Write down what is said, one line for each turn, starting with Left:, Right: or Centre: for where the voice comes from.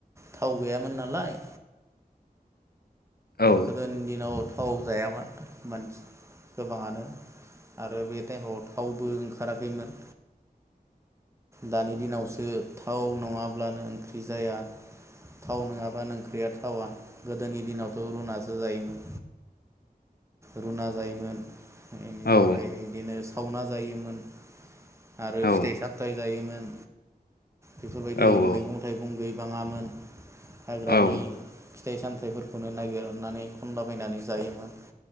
Right: थाव गैयामोन नालाय
Left: औ
Right: गोदोनि दिनाव थाव जायामोन मानसि गोबाङानो आरो बे टाइमाव थावबो ओंखाराखैमोन दानि दिनावसो थाव नङाब्लानो ओंख्रि जाया थाव नङाबानो ओंख्रिया थावा गोदोनि दिनावथ' रुनासो जायोमोन रुना जायोमोन बेनिफ्राय
Left: औ
Right: बिदिनो सावना जायोमोन आरो
Left: औ
Right: फिथाइ साम जायोमोन बेफोरबायदि
Left: औ
Right: मैगं थाइगं गै बाङामोन हाग्रानि
Left: औ
Right: फिथाइ सामथाइफोरखौनो नागिरनानै खनलाबायनानै जायोमोन